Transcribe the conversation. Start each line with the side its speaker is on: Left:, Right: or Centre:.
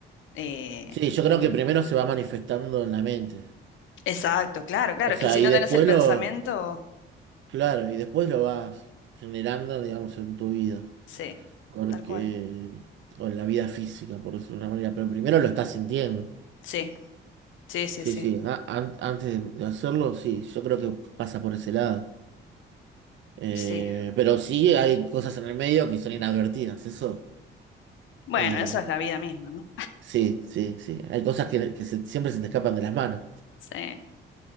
Left: Eh,
Right: Sí, yo creo que primero se va manifestando en la mente.
Left: exacto, claro, claro.
Right: O sea,
Left: Es que si
Right: y
Left: no
Right: después
Left: tenés el pensamiento,
Right: lo. Claro, y después lo vas generando, digamos, en tu vida.
Left: sí,
Right: Porque.
Left: tal cual.
Right: O en la vida física, por decirlo de una manera. Pero primero lo estás sintiendo.
Left: Sí, sí, sí,
Right: Sí,
Left: sí,
Right: sí, a- an- antes de de hacerlo, sí, yo creo que pasa por ese lado. Eh,
Left: sí.
Right: pero sí hay cosas en el medio que son inadvertidas, eso.
Left: Bueno,
Right: eh,
Left: eso es la vida misma, ¿no?
Right: sí, sí, sí. Hay cosas que, que se- siempre se te escapan de las manos.
Left: Sí,